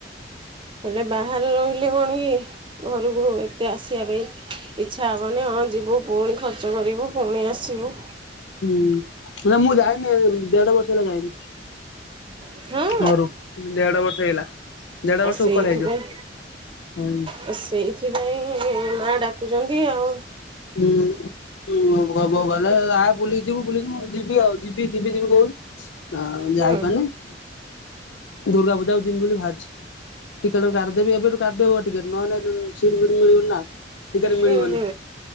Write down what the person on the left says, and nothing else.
ହୁଁ ହେଲେ ମୁଁ ଯାଇନି ଦେଢ ବର୍ଷ ହେଲା ଯାଇନି।
ଘରୁ ଦେଢ ବର୍ଷ ହେଇଗଲା ଦେଢ
ବର୍ଷ
ଉପର ହେଇଯିବ ହୁଁ।
ହୁଁ। ହୁ ହବ ଗଲେ ଆ ବୁଲିକି ଯିବୁ ବୁଲିବୁ ଯିବି ଆଉ ଯିବି ଯିବି ଯିବି କହୁଚି। ହଁ
ଯାଇପାରୁନି। ଦୁର୍ଗା ପୂଜା କୁ ଯିବି ବୋଲି ବାହାରିଚି। ଟିକେଟ କାଢ଼ିଦେବି ଏବେଠୁ କାଟିଦେବ ଟିକେଟ ନହେନେ ଏ ସିଟ ଫିଟ ମିଳିବନି ନା। ଟିକେଟ
ମିଳିବନି